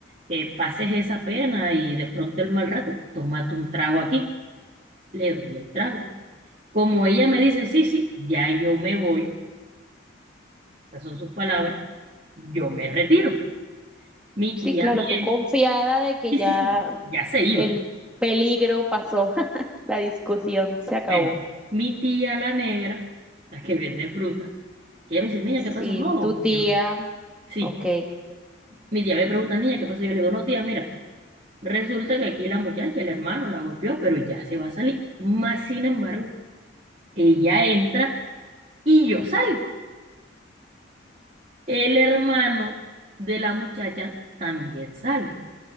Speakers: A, on the right (about 35°); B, in the centre.
A: Eh, pases esa pena y de pronto el mal rato, tómate un trago aquí. Le doy el trago. Como ella me dice, sí, sí, ya yo me voy, estas son sus palabras, yo me retiro. Mi
B: Sí,
A: tía
B: claro,
A: viene,
B: tú confiada de que
A: sí,
B: ya
A: sí, sí, ya se iba.
B: el peligro pasó, <laughs> la discusión se acabó.
A: Bueno, mi tía la negra, la que vende fruta, ella me dice, niña, ¿qué pasó?
B: Sí,
A: No,
B: tu tía,
A: yo, sí.
B: ok.
A: Mi tía me pregunta, niña, ¿qué pasó? Yo le digo, no, tía, mira, resulta que aquí la muchacha, el hermano, la golpeó, pero ya se va a salir. Más sin embargo, ella entra y yo salgo. El hermano de la muchacha también sale.